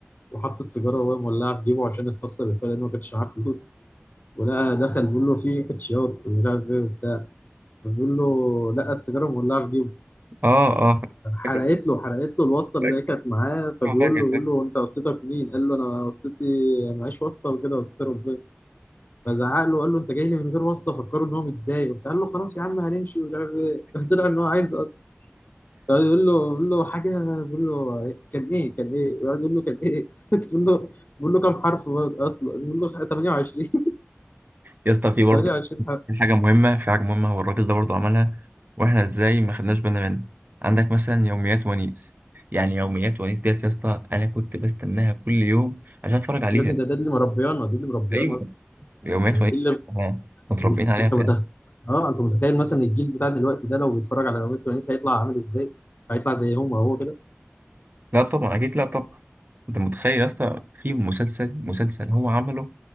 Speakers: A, on the left; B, on the right.
A: وحط السيجاره وهو مولعه في جيبه عشان يستخسر الفرق لانه ما كانش معاه فلوس ولقى دخل بيقول له في كاتشيات ومش عارف ايه وبتاع فبيقول له لقى السيجاره مولعه في جيبه
B: اه اه فاكر
A: حرقت له حرقت له الواسطه اللي
B: فاكر
A: هي كانت معاه فبيقول
B: آه، فاكر
A: له بيقول
B: فاكر
A: له انت واسطتك مين؟ قال له انا واسطتي معيش واسطه وكده واسطتي ربنا فزعق له قال له انت جاي لي من غير واسطه فكره ان هو متضايق وبتاع. قال له خلاص يا عم هنمشي ومش عارف ايه طلع ان هو عايز واسطه يقعد يقول له يقول له حاجه بيقول له كان ايه كان ايه يقعد يقول له كان ايه <laughs> بيقول له بيقول له كام حرف اصلا بيقول له 28
B: يا اسطى في برضه
A: 28 <laughs> حرف
B: في حاجة مهمة في حاجة مهمة هو الراجل ده برضه عملها واحنا ازاي ما خدناش بالنا منها عندك مثلا يوميات ونيس يعني يوميات ونيس ديت يا اسطى انا كنت بستناها كل يوم عشان اتفرج عليها
A: يا ابني ده ده اللي مربيانا دي اللي مربيانا
B: ايوه
A: اصلا
B: يوميات
A: يعني
B: ونيس
A: دي اللي
B: إحنا متربيين
A: اللي-
B: عليها
A: انت
B: فعلا
A: متخيل اه انت متخيل مثلا الجيل بتاع دلوقتي ده لو بيتفرج على نوادي تونس هيطلع عامل ازاي هيطلع زيهم وهو كده
B: لا طبعا اكيد لا طبعا انت متخيل يا اسطى في مسلسل مسلسل هو عمله